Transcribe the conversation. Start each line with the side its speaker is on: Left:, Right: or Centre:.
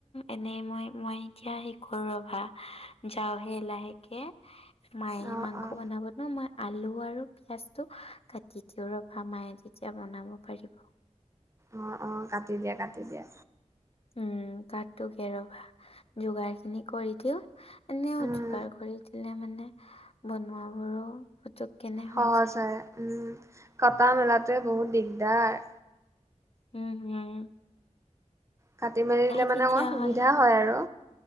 Left: এনেই মই মই এতিয়া শি কৰো ৰভা যাও হে লাহেকে মায়ে
Right: অ',
Left: মাংস
Right: অ',
Left: বনাব ন মই আলু আৰু পিয়াজটো কাটি দিওঁ ৰভা মাই তেতিয়া বনাব পাৰিব
Right: অ অ কাটি দিয়া কাটি দিয়া
Left: উম কাতো কে ৰবা যোগাৰ খিনি কৰি দিও এনেও
Right: উম,
Left: যোগাৰ কৰি দিলে মানে বনোৱাবোৰো পুতুক কেনে
Right: সহজ
Left: হৈ যায়।
Right: হয় উম কটা মেলাতোৱে বহুত দিগদাৰ
Left: উম হুম
Right: কাটি মেলি দিলে
Left: তেতিয়াহ'লে
Right: মানে অকমান সুবিধা হয় আৰু